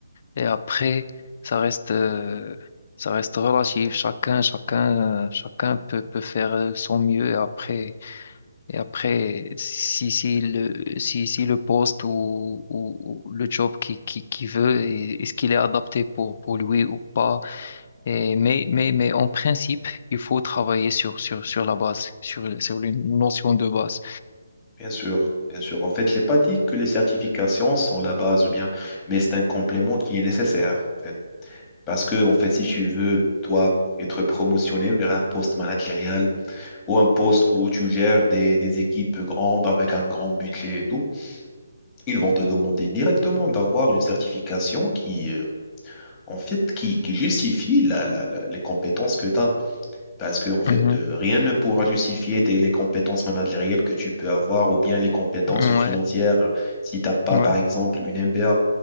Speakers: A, on the left; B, on the left.
A: Et après, ça reste, euh, ça reste relatif. Chacun, chacun, chacun peut, peut faire euh, son mieux. Et après, et après, si, si le, si, si le poste ou, ou, ou le job qui, qui, qui veut, et- est-ce qu'il est adapté pour, pour lui ou pas? Et, mais, mais, mais en principe, il faut travailler sur, sur, sur la base, sur, sur les notions de base.
B: bien sûr, bien sûr. En fait, je n'ai pas dit que les certifications sont la base ou bien, mais c'est un complément qui est nécessaire. en fait. Parce que, en fait, si tu veux, toi, être promotionné vers un poste managérial ou un poste où tu gères des, des équipes grandes avec un grand budget et tout, ils vont te demander directement d'avoir une certification qui, euh, en fait, qui, qui justifie la- la- la- les compétences que tu as. Parce que, en fait,
A: Mhm.
B: euh, rien ne pourra justifier tes- les compétences managériales que tu peux avoir ou bien les compétences
A: Ouais,
B: financières. Si tu n'as pas,
A: ouais,
B: par exemple, une MBA,